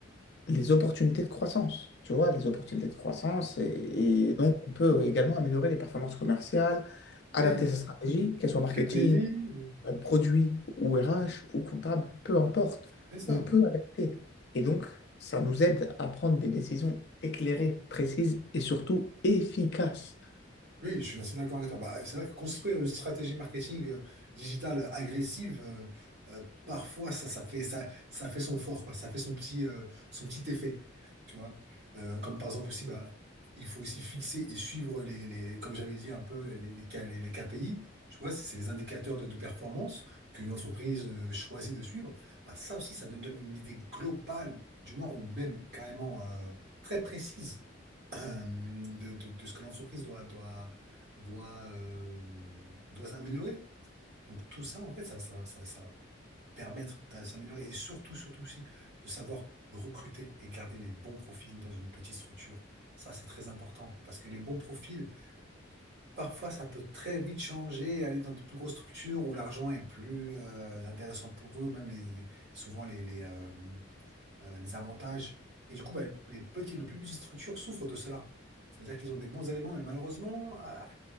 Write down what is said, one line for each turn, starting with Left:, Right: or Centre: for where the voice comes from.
Left: les opportunités de croissance, tu vois, les opportunités de croissance. Et, et donc, on peut également améliorer les performances commerciales,
Right: Oui,
Left: adapter sa stratégie, qu'elle soit marketing,
Right: KPI,
Left: euh, produit ou RH ou comptable, peu importe.
Right: c'est ça.
Left: On peut adapter. Et donc, ça nous aide à prendre des décisions éclairées, précises et surtout efficaces.
Right: Oui, je suis assez d'accord avec toi. Bah, c'est vrai que construire une stratégie marketing euh, digitale agressive, euh, euh, parfois ça, ça fait ça, ça fait son fort, quoi. Ça fait son petit euh, son petit effet, tu vois. Euh, comme par exemple aussi, bah, il faut aussi fixer et suivre les, les comme j'avais dit un peu les, les, les K- les- les KPI. Tu vois, c'est c'est les indicateurs de, de performance qu'une entreprise euh, choisit de suivre. Bah, ça aussi, ça nous donne une idée globale, du moins ou même carrément euh, très précise euh, de, de- de ce que l'entreprise doit, doit, doit, euh, doit améliorer. Donc tout ça, en fait, ça, ça, ça, ça va permettre de s'améliorer et surtout, surtout aussi, de savoir recruter et garder les bons profils dans une petite structure. Ça, c'est très important parce que les bons profils, parfois, ça peut très vite changer, aller dans de plus grosses structures où l'argent est plus euh, intéressant pour eux, même les, les- souvent les, les, euh, euh, les avantages. Et du coup, bah, les petites, les plus petites structures souffrent de cela. C'est-à-dire qu'ils ont des bons éléments, mais malheureusement, ah,